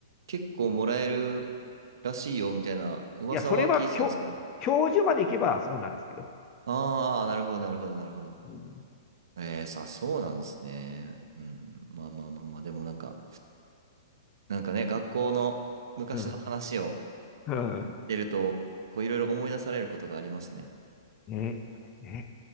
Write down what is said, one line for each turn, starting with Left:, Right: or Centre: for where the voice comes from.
Right: 結構もらえるらしいよ、みたいな噂は聞いてたんですけど。
Left: いや、それは教、教授まで行けばそうなんですけど。
Right: あーあー、なるほど、なるほど、なるほど。
Left: うん。
Right: ええ、さ、そうなんですね。うん、まあまあまあまあ、でもなんか、なんかね、学校の昔の話を
Left: うん。うん。
Right: してると、こう、いろいろ思い出されることがありますね。
Left: ね。そうですね。